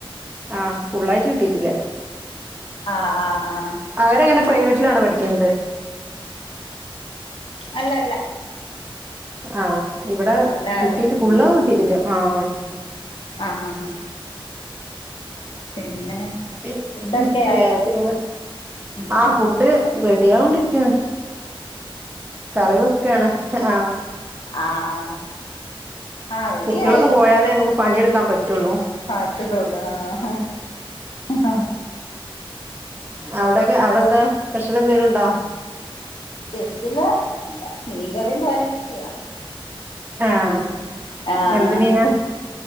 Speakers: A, on the right; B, on the left.
A: ങാ ഫുള്ളായിട്ട് കിട്ടീട്ടില്ല
B: ങാ ങാ ങാ
A: അവരെങ്ങനെ പ്രൈവറ്റിലാണോ പഠിക്കുന്നത്
B: അല്ലല്ല
A: ആ ഇവിടെ
B: നല്ല
A: കിട്ടീട്ട്
B: ഉം
A: ഫുള്ള് കിട്ടീട്ടില്ല ങാ ആ
B: ആഹ് ആഹ് ആഹ് <unintelligible>
A: <unintelligible>
B: ഫുഡൊക്കെ ആയോ ഉം
A: ആ ഫുഡ് റെഡി ആവോണ്ടിരിക്ക് ണ് കറി വെക്കാണ് ആ
B: ആ ആ ആ റെഡി
A: കുട്ടികളൊക്കെ
B: ആയി
A: പോയാലേ നമുക്ക് പണിയെടുക്കാൻ പറ്റുള്ളൂ
B: <unintelligible> ആ
A: അവിടക്കെ അവിടെ എന്താ സ്പെഷ്യൽ എന്തെങ്കിലും ഉണ്ടോ
B: സ്പെഷ്യല് ഇല്ല മീൻകറിം തൊരനൊക്കെയാ
A: ആഹ്
B: ഉ ങാ
A: എന്ത്
B: ങാ
A: മീനാ